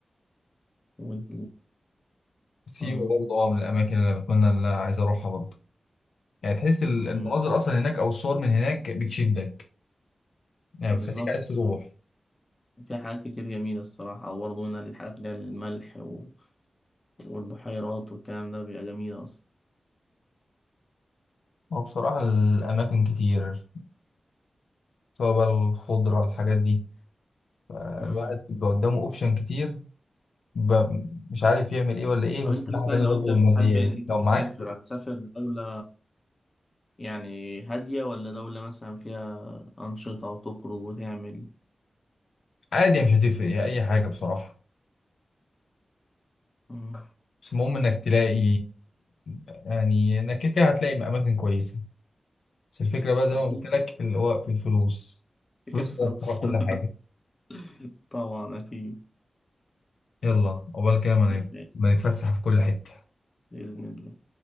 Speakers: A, on the left; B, on the left.
A: وال
B: سيوة
A: آه
B: برضه اه من الأماكن اللي أنا بتمنى اللي أنا عايز أروحها برضه يعني تحس ال-
A: أمم،
B: المناظر أصلا هناك أو الصور من هناك بتشدك يعني
A: بالظبط
B: بتخليك عايز تروح
A: في حاجات كتير جميلة الصراحة أو برضه هنا الحاجات اللي هي الملح و... والبحيرات والكلام ده بيبقى جميل أصلا
B: هو بصراحة الأماكن كتير سواء بقى الخضرة الحاجات دي الواحد
A: امم
B: بيبقى قدامه أوبشن كتير ب- مش عارف يعمل إيه ولا إيه بس
A: طب أنت
B: الناحية
A: مثلا
B: التانية
A: لو
B: برضه
A: أنت بتحب
B: الماديات
A: إن أنت
B: لو
A: تسافر
B: معاك
A: هتسافر دولة يعني هادية ولا دولة مثلا فيها أنشطة وتخرج وتعمل
B: عادي مش هتفرق يعني أي حاجة بصراحة
A: مم،
B: بس المهم إنك تلاقي يعني إنك كده كده هتلاقي أماكن كويسة بس الفكرة بقى زي
A: أكيد
B: ما قلت لك اللي هو في الفلوس
A: تكفي
B: الفلوس
A: فلوس
B: اللي هتخرج كل
A: <laughs>
B: حاجة
A: طبعا أكيد
B: يلا عقبال كده ما
A: تمام
B: نت- ما نتفسح في كل حتة
A: بإذن الله